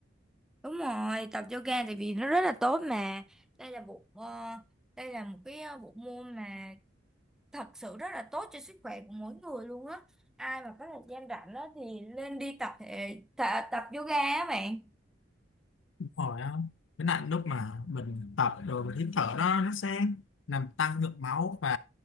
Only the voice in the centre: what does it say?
đúng rồi tập yoga tại vì nó rất là tốt mà đây là bộ ờ, đây là một cái ờ, bộ môn mà thật sự rất là tốt cho sức khỏe của mỗi người luôn á ai mà có thời gian rảnh á thì nên đi tập thể tập, tập yoga á bạn